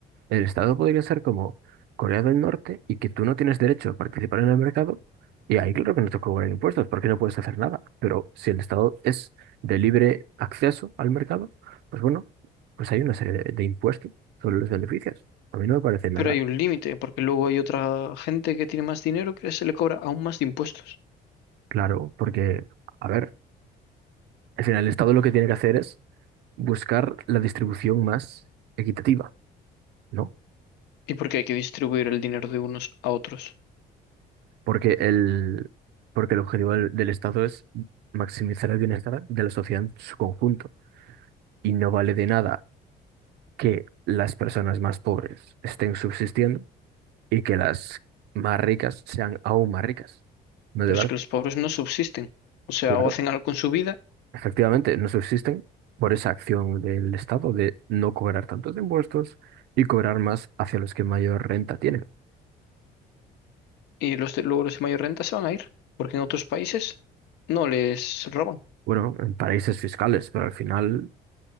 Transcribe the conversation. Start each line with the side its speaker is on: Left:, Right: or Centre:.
Right: El Estado podría ser como Corea del Norte y que tú no tienes derecho a participar en el mercado, y ahí claro que no te cobran impuestos porque no puedes hacer nada. Pero si el Estado es de libre acceso al mercado, pues bueno, pues hay una serie de, de impuestos sobre los beneficios. A mí no me parece nada
Left: Pero hay un límite, porque luego hay otra gente que tiene más dinero que se le cobra aún más de impuestos.
Right: claro porque, a ver, al final el Estado lo que tiene que hacer es buscar la distribución más equitativa, ¿no?
Left: Y porque hay que distribuir el dinero de unos a otros.
Right: Porque el, porque el objetivo del del Estado es maximizar el bienestar de la sociedad en su conjunto. y no vale de nada que las personas más pobres estén subsistiendo y que las más ricas sean aún más ricas. ¿No
Left: Pero
Right: de verdad?
Left: es que los pobres no subsisten. O sea,
Right: Claro.
Left: o hacen algo con su vida,
Right: Efectivamente, no subsisten por esa acción del Estado de no cobrar tantos impuestos y cobrar más hacia los que mayor renta tienen.
Left: y los de, luego los de mayor renta se van a ir, porque en otros países no les roban.
Right: Bueno, en paraísos fiscales, pero al final